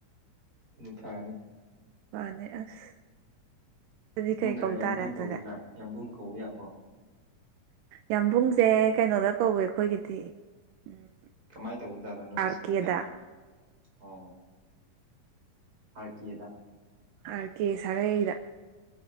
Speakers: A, on the right (about 25°); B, on the right (about 80°).
A: ꯎ ꯐꯔꯥꯅꯤ
B: ꯐꯅꯦ ꯑꯁ ꯑꯗꯨꯗꯤ ꯀꯩ
A: ꯗ
B: ꯀꯧ
A: ꯌꯥꯝꯕꯨꯡ
B: ꯇꯥꯔꯦ ꯑꯗꯨꯗꯤ
A: ꯀꯧꯕꯗ꯭ꯔꯥ ꯌꯥꯝꯕꯨꯡ ꯀꯧꯕ ꯌꯥꯕ꯭ꯔꯣ
B: ꯌꯥꯝꯕꯨꯡꯁꯦ ꯀꯩꯅꯣꯗ ꯀꯧꯋꯦ ꯑꯩꯈꯣꯏꯒꯤꯗꯤ ꯎꯝ
A: ꯀꯃꯥꯏꯅ ꯇꯧꯕꯖꯥꯠꯅꯣ ꯅꯣꯏꯁꯦ
B: ꯑꯥꯔ ꯀꯦꯗ
A: ꯒ꯭ꯌꯥꯟ ꯇꯥꯅꯤ ꯑꯣ ꯐꯔꯀꯤꯗ
B: ꯑꯀꯦ ꯁꯥꯒꯩꯗ